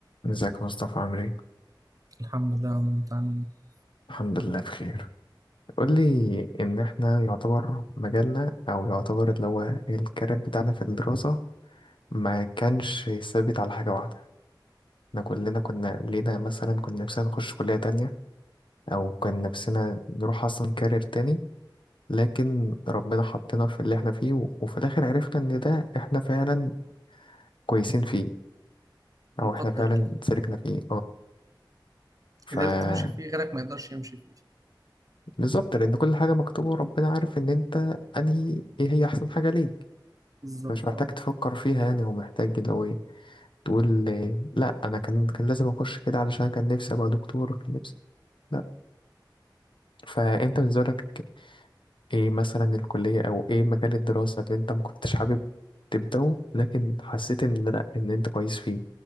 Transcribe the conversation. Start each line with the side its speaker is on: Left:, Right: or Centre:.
Left: ازيك يا مصطفى عامل ايه؟
Right: الحمد لله يا عمرو انت عامل ايه
Left: الحمد لله بخير قول لي ان احنا يعتبر مجالنا او يعتبر اللي هو الكارير بتاعنا في الدراسة ما كانش ثابت على حاجة واحدة احنا كلنا كنا لينا مثلا كنا نفسنا نخش كلية تانية او كان نفسنا نروح اصلا كارير تاني لكن ربنا حطنا في اللي احنا فيه و- وفي الاخر عرفنا ان ده احنا فعلا كويسين فيه
Right: مقدر
Left: او احنا فعلا
Right: ليه
Left: سلكنا فيه
Right: قدرت
Left: اه
Right: تمشي فيه غيرك ما يقدرش يمشي فيه
Left: بالظبط لأن كل حاجة مكتوبة وربنا عارف إن أنت أنهي إيه هي أحسن حاجة ليك
Right: بالظبط
Left: فمش محتاج
Right: اه
Left: تفكر فيها يعني هو محتاج لو إيه تقول إيه، لأ أنا كان كان لازم أخش كده علشان كان نفسي أبقى دكتور كان نفسي لأ فأنت بالنسبة لك إيه مثلا الكلية أو إيه مجال الدراسة اللي أنت مكنتش حابب تبدأه لكن حسيت إن لأ إن أنت كويس فيه